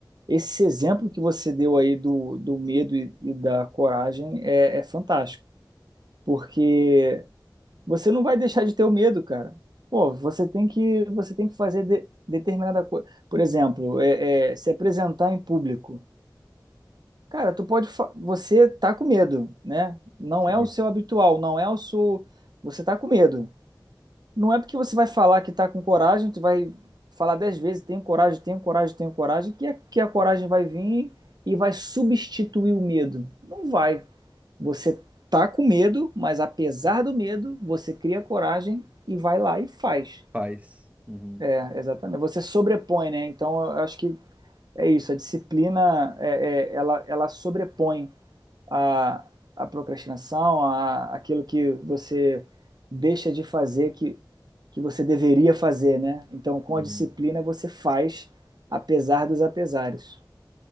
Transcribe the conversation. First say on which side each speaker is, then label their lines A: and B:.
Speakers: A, on the right; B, on the right.
A: Esse exemplo que você deu aí do, do medo e, e da coragem é, é fantástico. Porque você não vai deixar de ter o medo, cara. Pô, você tem que, você tem que fazer de- determinada coisa. Por exemplo, é, é, se apresentar em público. Cara, tu pode. fa- Você tá com medo, né? Não
B: Sim.
A: é o seu habitual, não é o seu. Você tá com medo. Não é porque você vai falar que tá com coragem, tu vai falar dez vezes, tenho coragem, tenho coragem, tenho coragem, que a, que a coragem vai vir e vai substituir o medo. Não vai. Você tá com medo, mas apesar do medo, você cria coragem e vai lá e faz.
B: Faz. Uhum.
A: É, exatamente. Você sobrepõe, né? Então, eu acho que é isso. A disciplina, é, é, ela, ela sobrepõe a, a procrastinação, a, aquilo que você deixa de fazer que, que você deveria fazer, né? Então, com
B: Uhum.
A: a disciplina, você faz apesar dos apesares.